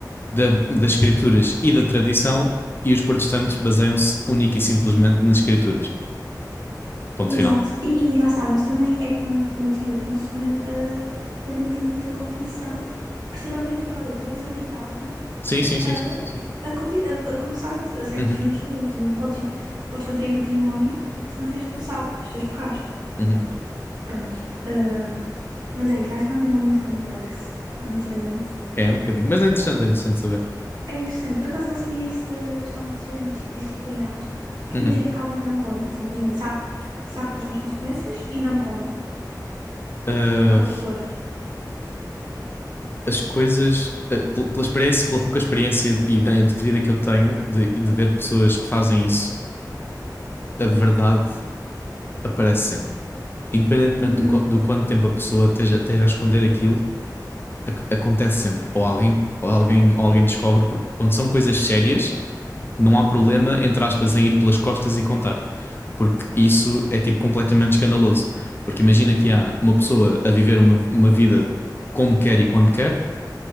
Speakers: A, on the left (about 30°); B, on the right (about 70°).
A: da- das escrituras e da tradição, e os protestantes baseiam-se única e simplesmente nas escrituras. Ponto
B: Exato.
A: final.
B: E, e lá está, nós também, é como, como eu tinha dito, nós também ah, dependemos muito da confissão por ser obrigatório. Tu és obrigado
A: Sim, sim, sim,
B: a,
A: sim, sim, sim.
B: a, confi- a, a confessar-te a certos
A: Uhum,
B: momentos da vida. Tu não podes ir, não podes contrair matrimónio se não tiveres confessado os teus pecados.
A: uhum.
B: Pronto. Ah, mas é isso, acho que é um tema muito complexo, honestamente.
A: É, um bocadinho. Mas é interessante, é interessante saber.
B: É interessante, por acaso não sabia isso da, da questão de vocês serem dis- disciplinados, porque
A: Uhum.
B: imagina que alguém não conta, simplesmente sabe, que- sabe quais são as consequências e não conta
A: Ah,
B: ao pastor.
A: as coisas, ah, pel- pela experiência, pela pouca experiência e ideia de vida que eu tenho de, de ver pessoas que fazem isso, a verdade aparece sempre. Independentemente
B: Uhum,
A: do, qu- do quanto tempo a pessoa esteja, esteja a esconder aquilo, ac- acontece sempre. Ou alguém, ou alguém, ou alguém descobre, porque quando são coisas sérias, não há problema, entre aspas, em ir pelas costas e contar. Porque isso é tipo completamente escandaloso. Porque imagina que há uma pessoa a viver uma, uma vida como quer e quando quer,